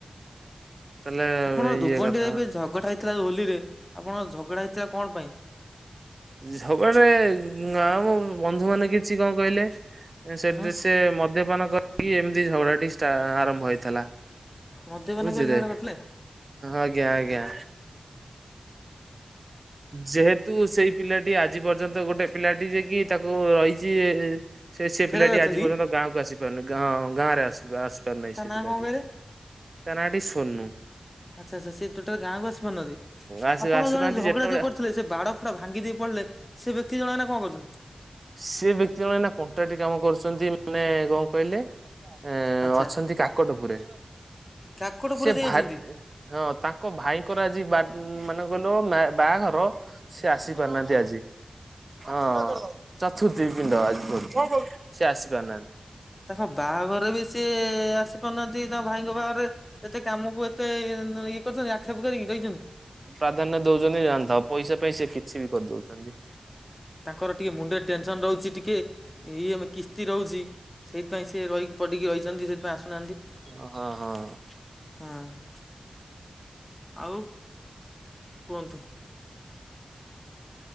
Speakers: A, on the right (about 55°); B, on the left (about 25°).
A: ତାହେଲେ
B: ଆପଣ
A: ଇଏ
B: ଦୁବୁଣ୍ଡିରେ
A: କଥା
B: ଏବେ ଝଗଡା ହେଇଥିଲା ହୋଲିରେ, ଆପଣଙ୍କ ଝଗଡା ହେଇଥିଲା କଣ ପାଇଁ?
A: ଝଗଦେ ନାଁ ଆମ ବନ୍ଧୁ ମାନ କିଛି କ କହିଲେ ଏ ସେଦ୍
B: ହଁ
A: ସେ ମଦ୍ୟପାନ କରିକି ଏମିତି ଝଗଡା ଟି ଟା ଆରମ୍ଭ ହେଇଥିଲା
B: ମଦ୍ୟପାନ
A: ବୁଝିଲେ
B: କରି ଝଗଡା କରିଥିଲେ
A: ଆଜ୍ଞା ଆଜ୍ଞା। ଯେହେ ତୁ ସେଇ ପିଲାଟି ଆଜି ପର୍ଯ୍ୟନ୍ତ ଗୋଟେ ପିଲାଟି ଜୀଏକି ତାକୁ ଆଇଚିି ସେ ସେ
B: ଫେରାରେ
A: ପିଲାଟି
B: ଅଛନ୍ତି
A: ଆଜି ପର୍ଯ୍ୟନ୍ତ
B: କି?
A: ଗାଁକୁ ଆସି ପାରୁନି ଗାଁ ଗାଁରେ ଆଶିବ ଆସିପାରୁନାହିଁ
B: ତା
A: ସେ
B: ନାଁ
A: ପିଲାଟି।
B: କଣ କହିଲେ
A: ତା ନାଁଟି ସୋନୁ
B: ଆଚ୍ଛା ଆଚ୍ଛା ସେ ଟୋଟାଲ ଗାଁକୁ ଆସପନଦି
A: ଆସୁ
B: ଆପଣ
A: ଆସୁନାହାନ୍ତି
B: ଝଗଡା
A: ଯେତେବେଳେ
B: ଯୋଉ କରିୁଥିଲେ ସେ ବାଡ ଫାଡ ଭାଙ୍ଗି ଦେଇ ପଳେଇଲେ ସେ ବ୍ୟକ୍ତି ଜଣ ଏଇନା କଣ କରୁଚନ୍ତି?
A: ସେ ବ୍ୟକ୍ତି ଜଣେ ଏନା କଣ୍ଟାଟି କାମ କରୁଚନ୍ତି ମାନେ କ କହିଲେ ଅ
B: ଆଚ୍ଛା
A: ଅଛନ୍ତି କାକଟପୁରେ
B: କାକଟପୁରରେ
A: ସେ
B: ଯାଇ
A: ଭା
B: ଅଛନ୍ତି
A: ହଁ ତାଙ୍କ ଭାଇଙ୍କର ଆଜି ବା ମାନେ ଗଲ ବା ବାହାଘର ସ୍ ସେ ଆସି ପାରନାହାନ୍ତି ଆଜି।
B: ଆ
A: ହଁ ଚତୁର୍ଥୀ ପିଣ୍ଡ ଆଜି କରୁଚି ସେ ଆସି ପାରୁନାହାନ୍ତି।
B: ତାଙ୍କ ବାହାଘର ବି ସିଏ ଆସ କରୁନାହାନ୍ତି ତାଙ୍କ ଭାଇଙ୍କ ବାହାଘରେ ଏତେ କାମକୁ ଏତେ ଇଏ କରୁଛନ୍ତି ଆକ୍ଷେପ କରିକି ରଇଛନ୍ତି।
A: ପ୍ରାଧାନ୍ୟ ଦଉଛନ୍ତି ଜାଣତାଉ ପଇସା ପାଇଁ ସେ କିଛି ବି କରଦୋଉଚନ୍ତି।
B: ତାଙ୍କର ଟିକେ ମୁଣ୍ଡ ଟେନସନ ରହୁଚି ଟିକେ ଏଇ ଆମ କିସ୍ତି ରହୁଚି। ସେଇଥିପାଇଁ ସେ ରହିକି ପଡିକି ରହିଚନ୍ତି ସେଥିଇଁ ଆସୁନାହାନ୍ତି।
A: ଓ ହଁ ହଁ।
B: ହୁଁ। ଆଉ କୁହନ୍ତୁ?